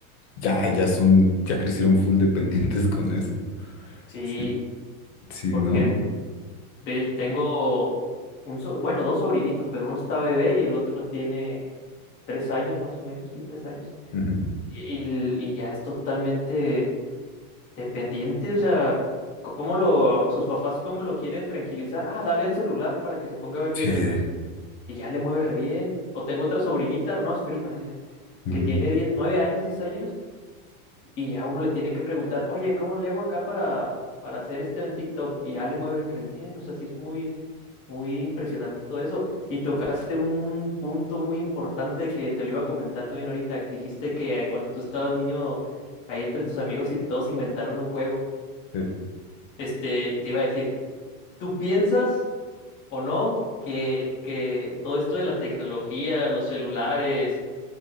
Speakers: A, on the left; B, on the left.
A: ya, ya son, ya crecieron full dependientes con eso.
B: sí,
A: Sí, sí,
B: porque
A: ¿no?
B: de, tengo un, so- bueno, dos sobrinitos, pero uno está bebé y el otro tiene tres años más o menos, sí, tres años.
A: Ujú.
B: Y, y y ya es totalmente Dependiente, o sea, ¿cómo lo, sus papás cómo lo quieren tranquilizar? Ah, dale el celular para que se ponga a ver
A: Sí.
B: videos. Y ya le mueve re bien. O tengo otra sobrinita, no, es prima de ella,
A: Ujú.
B: que tiene 10, 9 años, 10 años, y ya uno le tiene que preguntar, oye, ¿cómo le hago acá para, para hacer esto en TikTok? Y ya le mueven re bien, o sea, sí es muy, muy impresionante todo eso. Y tocaste un punto muy importante que te lo iba a comentar también ahorita. Dijiste que eh, cuando tú estabas niño, ahí entre tus amigos y todos inventaron un juego.
A: Sí.
B: Este, te iba a decir, ¿tú piensas o no que, que todo esto de la tecnología, los celulares,